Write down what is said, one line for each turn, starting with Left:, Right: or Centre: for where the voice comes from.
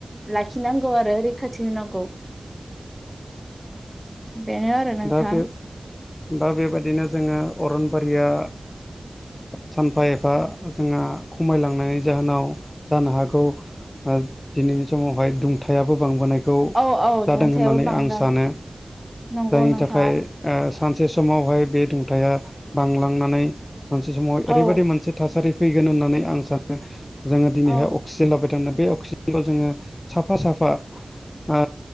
Centre: लाखिनांगौ आरो रैखाथि होनांगौ बेनो आरो नोंथां
Left: दा बे दा बेबायदिनो जोङो अरनबारिया सानफा एफा जोंहा खमायलांनायनि जाहोनाव जानो हागौ दिनैनि समावहाय दुंथायाबो बांबोनायखौ
Centre: औ औ
Left: जादों
Centre: दुंथायाबो
Left: होननानै
Centre: बांदों
Left: आं सानो
Centre: नंगौ
Left: जायनि
Centre: नोंथाङा
Left: थाखाय सानसे समावहाय बे दुंथाया बांलांनानै मोनसे समावहाय
Centre: औ
Left: ओरैबायदि मोनसे थासारि फैगोन होननानै आं सानो। जोङो दिनैहाय
Centre: औ
Left: अक्सिजेन लाबाय थानो बे अक्सिजेनखौ जोङो साफा साफा ओ